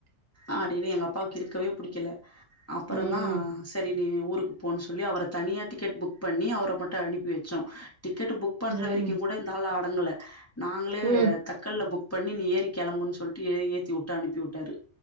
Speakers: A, on the left; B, on the right.
A: அப்டின்னு எங்க அப்பாக்கு இருக்கவே புடிக்கல அப்பொறந்தா
B: ம்
A: சரி நீ ஊருக்கு போன்னு சொல்லி அவர தனியா டிக்கெட் புக் பண்ணி அவர மட்டு அனுப்பி வெச்சோ டிக்கெட்டு புக் பண்ற
B: ம்
A: வரைக்குங் கூட இந்த ஆளு அடங்கல நாங்ளே
B: ம்
A: தக்கல்ல புக் பண்ணி நீ ஏறி கெளம்புன்னு சொல்ட்டு ஏறி ஏத்தி வுட்டு அனுப்பி வுட்டாரு